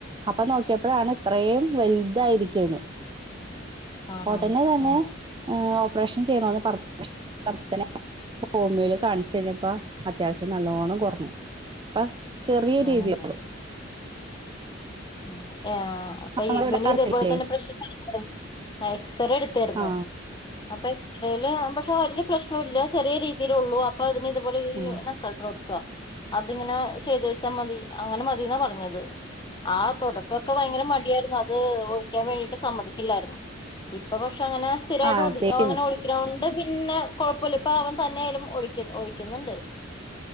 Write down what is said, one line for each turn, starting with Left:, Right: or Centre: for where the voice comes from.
Right: അപ്പൊ നോക്കിയപ്പോൾ അപ്പോഴാണ് ഇത്രയും വലുതായിരിക്കുന്നത്
Left: ആണോ
Right: ഉടനെ തന്നെ
Left: ഉം
Right: ഏഹ് ഓപ്പറേഷൻ ചെയ്യണന്ന് പറഞ്ഞ ക്ഷെ <unintelligible> ഹോമിയയിൽ കാണിച്ചു കഴിഞ്ഞപ്പോ അത്യാവശ്യം നല്ലോണ്ണം കൊറഞ്ഞു അപ്പ ചെറിയ രീതിയള്ളു
Left: ആണോ ഉം ആഹ് അപ്പൊ
Right: നമ്മുടെ
Left: ഇവന്
Right: ഇവിടെ അടുത്തില്ലേ
Left: ഇതേപോലെ തന്നെ പ്രശ്‌നം ആയി എക്സ് റേ എടുത്തായിരുന്നോ
Right: ആ
Left: അപ്പൊ എക്സ്റേയില് പക്ഷെ വല്യ പ്രശ്നം ഇല്ല ചെറിയ രീതിയിലെ ഉള്ളു അപ്പൊ അതിന് ഇതുപോലെ ഈ
Right: ആ
Left: നസൽ ഡ്രോപ്സോ അതിങ്ങനെ ചെയ്ത് വേച്ചാൽ മതി. അങ്ങനെ മതിന്നാ പറ ഞ്ഞത്. ആ തുടക്കൊക്കെ ഭയങ്കര മടിയായിരുന്നു അത് ഒഴിക്കാൻ വേണ്ടിട്ട് സമ്മതിക്ക ത്തില്ലായിരുന്നു ഇപ്പൊ പക്ഷെ അങ്ങനെ സ്ഥിരമായിട്ട്
Right: ആഹ്
Left: ഓഴി
Right: തേക്കും
Left: അങ്ങനെ ഒഴിക്കണ കൊണ്ട് പിന്നെ കൊഴപ്പമില്ല ഇപ്പ അവൻ തന്നെ ആയാലും ഒഴിക്കും ഒഴിക്കുന്നുണ്ട്.